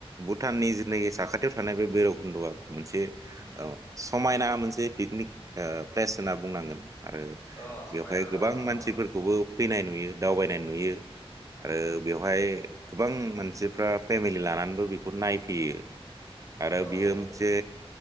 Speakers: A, on the right; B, on the left.
A: भुटाननि जिनाखि साखाथियाव थानाय बे भैरबकुन्दआ। मोनसे
B: उम
A: औ समायना मोनसे पिकनिक ओ प्लेस होनना बुंनांगोन। आरो
B: अ समायना
A: बेवहाय गोबां
B: अ अ
A: मानसिफोरखौबो फैनाय नुयो दावबायनाय नुयो। आरो बेवहाय गोबां मानसिफ्रा फेमिलि लानानैबो बेखौ नायफैयो। आरो
B: अ औ
A: बियो
B: औ
A: मोनसे